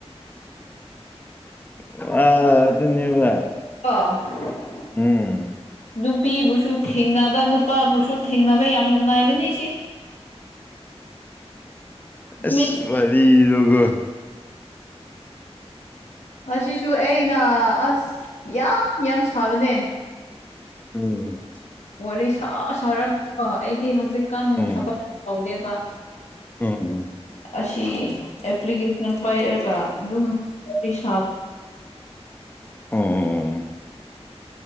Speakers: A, on the left; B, on the left.
A: ꯑ ꯑꯗꯨꯅꯤꯕ
B: ꯑ
A: ꯎꯝ
B: ꯅꯨꯄꯤꯕꯨꯁꯨ ꯊꯦꯡꯅꯕ ꯅꯨꯄꯥꯕꯨꯁꯨ ꯊꯦꯡꯅꯕ ꯌꯥꯝ ꯅꯨꯡꯉꯥꯏꯕꯅꯤ ꯁꯤ ꯅꯨꯃꯤꯠ
A: ꯑꯁ ꯋꯥꯔꯤꯗꯣ ꯀꯣ <unintelligible> <unintelligible>
B: ꯑꯁꯤꯁꯨ ꯑꯩꯅ ꯑꯁ ꯌꯥꯝ ꯌꯥꯝ ꯁꯥꯕꯅꯦ
A: ꯎꯝ
B: ꯋꯥꯔꯤ ꯁꯥ ꯁꯥꯔꯝꯕ ꯑꯩꯗꯤ ꯍꯧꯖꯤꯛꯀꯥꯟ
A: ꯎꯝ
B: ꯊꯕꯛ ꯇꯧꯗꯦꯕ
A: ꯎꯝ
B: ꯑꯁꯤ ꯑꯦꯄ꯭ꯂꯤꯀꯦꯁꯟ ꯄꯥꯏ ꯀ ꯑꯗꯨꯝ ꯋꯥꯔꯤ ꯁꯥꯕ
A: ꯎꯝ